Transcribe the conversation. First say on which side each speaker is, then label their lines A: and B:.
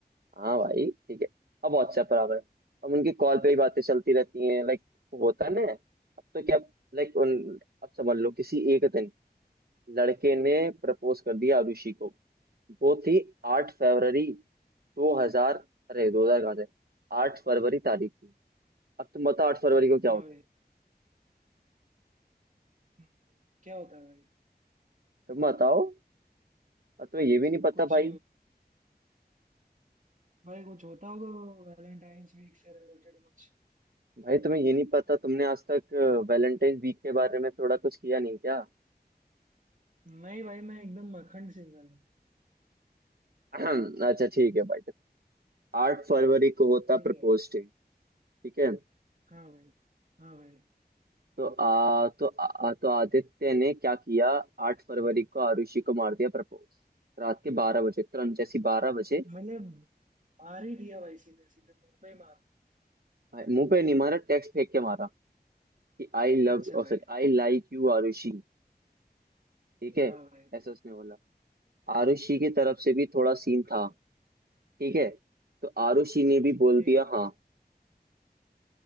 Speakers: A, on the right (about 65°); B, on the right (about 50°).
A: हाँ भाई ठीक है अब व्हाट्सएप पर आ गए अब उनकी कॉल पे ही बातें चलती रहती हैं लाइक होता है ना अब तो क्या लाइक उन अब समझ लो किसी एक दिन लड़के ने प्रपोज कर दिया आरुषि को वो थी आठ फरवरी दो हजार अरे दो हजार कहाँ से आठ फरवरी तारीख थी अब तुम बताओ आठ फरवरी को क्या
B: हाँ
A: होता
B: भाई
A: है
B: हम्म, क्या होता है भाई
A: तुम बताओ अब तुम्हें ये भी नहीं पता
B: कुछ
A: भाई
B: भाई कुछ होता होगा वैलेंटाइंस वीक से रिलेटेड कुछ।
A: भाई तुम्हें ये नहीं पता तुमने आज तक वैलेंटाइन वीक के बारे में थोड़ा कुछ किया नहीं क्या
B: नहीं भाई मैं एकदम अखंड सिंगल हूँ
A: <clears throat> अच्छा ठीक है भाई देखो आठ फरवरी को होता
B: ठीक
A: प्रपोज
B: है
A: डे ठीक है
B: हाँ भाई हाँ भाई
A: तो आ तो आ, तो आदित्य ने क्या किया आठ फरवरी को आरुषि को मार दिया प्रपोज रात के बारह बजे तुरंत जैसी बारह बजे
B: मैंने मार ही दिया भाई सीधे सीधे मुंह पे ही मार दिया
A: भाई मुंह पे नहीं मारा टेक्स्ट फेंक के मारा कि आई लव
B: अच्छा
A: और
B: भाई
A: sorry I like you Aarushi ठीक है
B: हाँ भाई
A: ऐसा उसने बोला आरुषि की तरफ से भी थोड़ा सीन था ठीक है तो आरुषि ने भी बोल
B: ठीक
A: दिया
B: है
A: हाँ